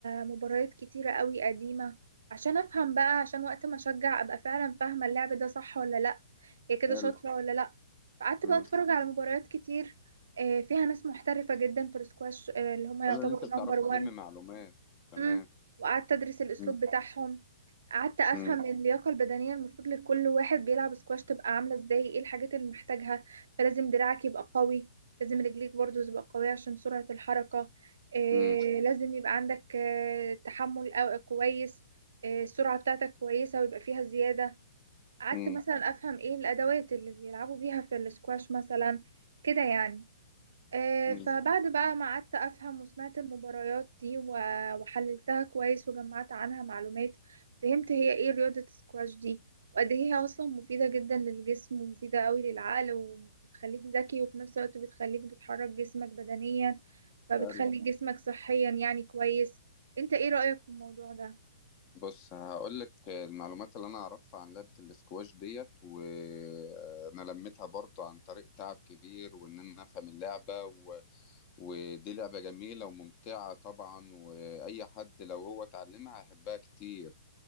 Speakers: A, on the right; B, on the left.
A: مباريات كتيرة قوي قديمة عشان افهم بقى عشان وقت ما اشجع ابقى فعلا فاهمة اللعب ده صح ولا لا هي كده
B: حلو
A: شاطرة ولا لأ فقعدت
B: امم
A: بقى اتفرج على مباريات كتير آه، فيها ناس محترفة جدا في السكواش آه، اللي هم يعتبروا
B: حلو ان انت بتعرفي
A: نمبر وان
B: تلمي معلومات تمام
A: مم. وقعدت أدرس الأسلوب
B: امم
A: بتاعهم قعدت أفهم
B: امم
A: اللياقة البدنية المفروض لكل واحد بيلعب سكواش تبقى عاملة ازاي ايه الحاجات اللي محتاجها فلازم دراعك يبقى قوي لازم رجليك برضو تبقى قوية عشان سرعة الحركة آه،
B: امم
A: لازم يبقى عندك آه، تحمل أو- كويس آه، السرعة بتاعتك كويسة ويبقى فيها زيادة قعدت
B: أمم.
A: مثلا افهم ايه الادوات اللي بيلعبوا بيها في الاسكواش مثلا كده يعني آه،
B: أمم.
A: فبعد بقى ما قعدت افهم وسمعت المباريات دي و- وحللتها كويس وجمعت عنها معلومات فهمت هي ايه رياضة السكواش دي وقد ايه هي اصلا مفيدة جدا للجسم ومفيدة قوي للعقل وبتخليك ذكي وفي نفس الوقت بتخليك بتحرك جسمك بدنيا فبتخلي
B: حلو
A: طبعا. جسمك صحيا يعني كويس انت ايه رأيك في الموضوع ده
B: بص هقول لك المعلومات اللي انا اعرفها عن لعبه الاسكواش ديت وانا لميتها برضو عن طريق تعب كبير وان انا افهم اللعبه و... ودي لعبه جميله وممتعه طبعا واي حد لو هو اتعلمها هيحبها كتير